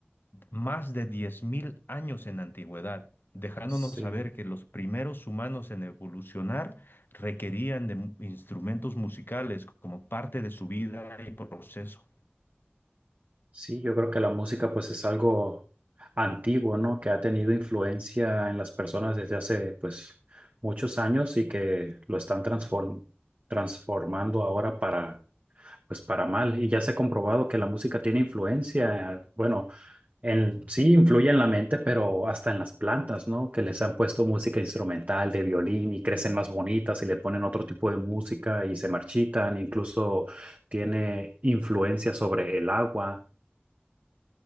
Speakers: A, on the left; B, on the right.
A: más de 10.000 años en antigüedad, dejándonos
B: sí,
A: saber que los primeros humanos en evolucionar requerían de instrumentos musicales como parte de su vida y proceso.
B: sí, yo creo que la música pues es algo antiguo, ¿no? Que ha tenido influencia en las personas desde hace pues muchos años y que lo están transform- transformando ahora para pues para mal. Y ya se ha comprobado que la música tiene influencia, bueno, en, sí influye en la mente, pero hasta en las plantas, ¿no? Que les han puesto música instrumental de violín y crecen más bonitas y le ponen otro tipo de música y se marchitan, incluso tiene influencia sobre el agua,